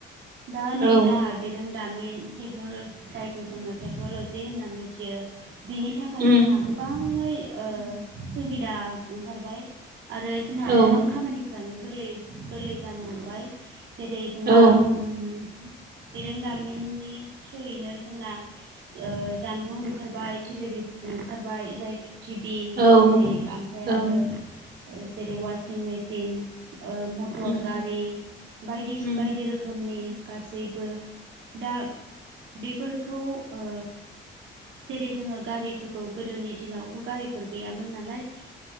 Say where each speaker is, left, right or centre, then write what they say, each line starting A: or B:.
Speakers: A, on the right (about 70°); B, on the right (about 50°).
A: दा नै
B: औ
A: जाहा बिरोंदामिन टेक्नलजि जायखौ जोङो टेक्न'लजि होननानै मि बियो बेनि थाखाय
B: उम
A: जोंहा गोबाङै ओ सुबिदा ओंखारबाय आरो जोंहा
B: औ
A: गोबां खामानिफ्रानो गोरलै गोरलै जानो हमबाय जेरै जोंहा
B: औ
A: उम बिरोंदामिननि थ्रुयैनो जोंना ओ जानबुं ओंखारबाय टेलिभिसन ओंखारबाय जाय टि भि
B: औ
A: जेरै ओमफ्राय
B: ओं
A: आरो जेरै वासिं मेसिन ओ मटर
B: उम
A: गारि बायदि
B: उम
A: बायदि रो खोमनि गासैबो दा बेफोरखौ ओ जेरै जोङो गारिफोरखौ गोदोनि दिनावथ' गारिफोर गैयामोन नालाय